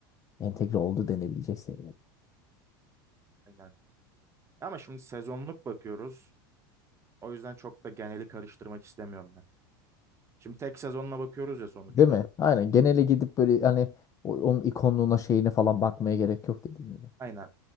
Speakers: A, on the left; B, on the right.
A: Entegre oldu denebilecek seviyede.
B: Aynen. Ama şimdi sezonluk bakıyoruz. O yüzden çok da geneli karıştırmak istemiyorum ben. Şimdi tek sezonla bakıyoruz ya sonuçta.
A: Değil mi? Aynen genele gidip böyle hani o- onun ikonluğuna şeyine falan bakmaya gerek yok dediğim gibi.
B: Aynen.